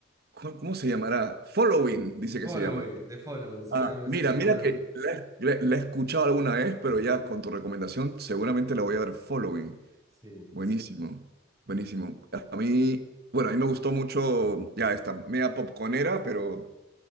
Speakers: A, on the right (about 55°); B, on the right (about 20°).
A: ¿Cómo cómo se llamará? Following, dice
B: Following,
A: que se llama.
B: The Following, sí,
A: Ah,
B: hablo así,
A: Mira,
B: The
A: mira
B: Following.
A: que la, la- la he escuchado alguna vez, pero ya con tu recomendación seguramente la voy a ver. Following.
B: Sí,
A: Buenísimo, buenísimo. A mí, bueno, a mí me gustó mucho ya esta media popconera, pero